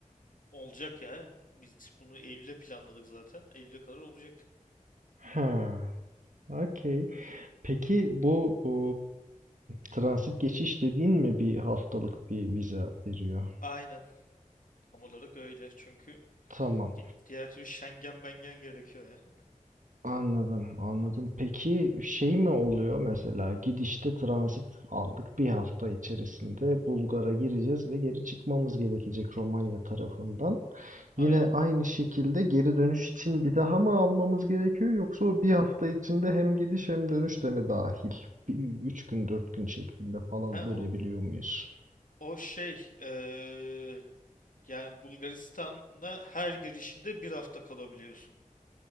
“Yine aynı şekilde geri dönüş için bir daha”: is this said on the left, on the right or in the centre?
Right